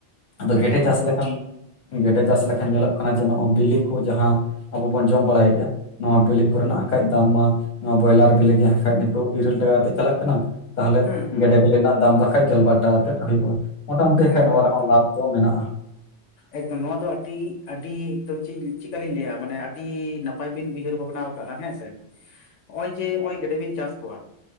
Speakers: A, on the left; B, on the left.
A: ᱟᱫᱚ
B: ᱮᱠᱫᱚᱢ
A: ᱜᱮᱰᱮ ᱪᱟᱥ
B: ᱮᱠᱫᱚᱢ
A: ᱞᱮᱠᱷᱟᱱ ᱜᱮᱰᱮ ᱪᱟᱥ ᱞᱮᱠᱷᱟᱱ ᱧᱮᱞᱚᱜ ᱠᱟᱱᱟ ᱡᱮ ᱱᱚᱜ-ᱚᱭ ᱵᱤᱞᱤ ᱠᱚ ᱡᱟᱦᱟᱸ ᱟᱵᱚ ᱵᱚᱱ ᱡᱚᱢ ᱵᱟᱲᱟᱭᱮᱫ-ᱟ᱾ ᱱᱚᱣᱟ ᱵᱮᱤᱞᱮ ᱠᱚᱨᱮᱱᱟᱜ ᱦᱟᱸᱠᱷᱟᱡ ᱫᱟᱢ ᱢᱟ ᱱᱚᱣᱟ ᱵᱚᱭᱞᱟᱨ ᱵᱮᱞᱮ ᱜᱮ ᱦᱟᱸᱜᱠᱷᱟᱡ ᱱᱤᱛᱚᱜ ᱤᱨᱟᱹᱞ ᱴᱟᱠᱟ ᱠᱟᱛᱮ ᱪᱟᱞᱟᱜ ᱠᱟᱱᱟ᱾ ᱛᱟᱦᱚᱞᱮ
B: ᱦᱩᱸ ᱦᱩᱸ
A: ᱜᱮᱰᱮ ᱵᱤᱞᱤ ᱨᱮᱱᱟᱜ ᱫᱟᱢ ᱫᱚ ᱦᱟᱠᱟᱱᱡ ᱜᱮᱞᱵᱟᱨ ᱴᱟᱠᱟ ᱛᱮᱫ ᱦᱩᱭᱩᱜ-ᱟ᱾ ᱢᱚᱴᱟᱢᱩᱴᱤ ᱦᱟᱠᱷᱟᱱ
B: ᱮᱠᱫᱚᱢ
A: ᱱᱚᱣᱟ ᱨᱮᱦᱚᱸ
B: ᱮᱠᱫᱚᱢ
A: ᱞᱟᱵᱷ ᱫᱚ ᱢᱮᱱᱟᱜ-ᱟ᱾
B: ᱮᱠᱫᱚᱢ ᱱᱚᱣᱟ ᱫᱚ ᱟᱹᱰᱤ ᱟᱹᱰᱤ ᱮᱠᱫᱚᱢ ᱪᱮᱫ ᱤᱧ ᱪᱤᱫᱠᱟᱞᱤᱧ ᱞᱟᱹᱭᱟ ᱢᱟᱱᱮ ᱟᱹᱰᱤ ᱱᱟᱯ ᱯᱟᱭ ᱵᱤᱱ ᱩᱭᱦᱟᱹᱨ ᱵᱷᱟᱵᱽᱱᱟᱣ ᱟᱠᱟᱟᱜ-ᱟ ᱦᱮᱸ ᱥᱮ᱾ ᱦᱚᱸᱜ-ᱚᱭ ᱡᱮ ᱚᱸᱭ ᱜᱮᱰᱮ ᱵᱤᱱ ᱪᱟᱥ ᱠᱚᱣᱟ